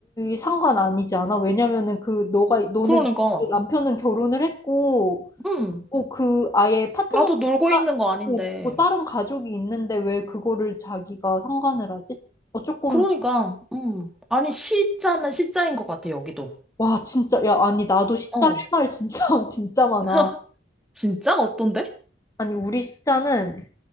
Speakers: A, on the left; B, in the centre.
A: 상관 아니지 않아? 왜냐면은 그, 너가, 너는,
B: 그러니까,
A: 그 남편은 결혼을 했고,
B: 음,
A: 어, 그 아예 파트너가
B: 나도 놀고
A: 따,
B: 있는 거 아닌데.
A: 어, 어, 다른 가족이 있는데 왜 그거를 자기가 상관을 하지? 어, 조금
B: 그러니까, 음, 아니, 시자는 시자인 것 같아, 여기도.
A: 와 진짜 야 아니 나도 시짜
B: 어,
A: 할 말 진짜 <laughs> 진짜 많아.
B: <laughs> 진짜? 어떤데?
A: 아니 우리 시자는